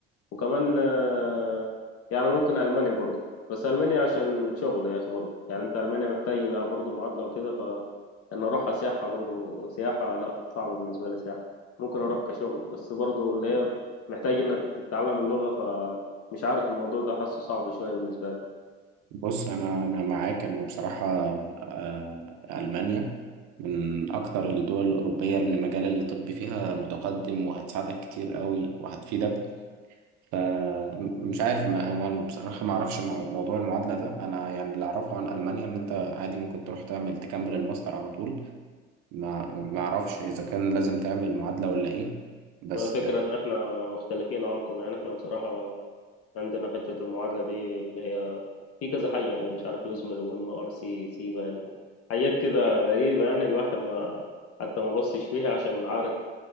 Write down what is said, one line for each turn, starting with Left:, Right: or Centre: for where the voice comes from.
Left: وكمان آه، يعني ممكن ألمانيا برضه بس ألمانيا عشان شغل يا أخي برضه يعني أنت ألمانيا محتاج لها برضه معادلة وكده فإن أروحها سياحة برضه سياحة لا صعبة بالنسبة لي سياحة ممكن أروح كشغل بس برضه اللي هي محتاج إنك تتعلم اللغة فمش عارف الموضوع ده حاسه صعب شوية بالنسبة لي
Right: بص انا انا معاك انه بصراحه آه، المانيا من اكتر الدول الاوروبيه اللي مجال الطب فيها متقدم وهتساعدك كتير قوي وهتفيدك فمش عارف ما ما- بصراحه ما اعرفش مو- موضوع المعادله ده انا يعني اللي اعرفه عن المانيا ان انت عادي ممكن تروح تعمل تكمل الماستر على طول ما ما اعرفش اذا كان لازم تعمل معادله ولا ايه بس
Left: الفكرة إن إحنا مختلفين عنكم يعني إحنا بصراحة عندنا حتة المعادلة دي اللي هي في كذا حاجة يعني مش عارف يزمل وام ار سي سي بان أو حاجات كده غريبة يعني الواحد ما حتى ما بصش فيها عشان عارف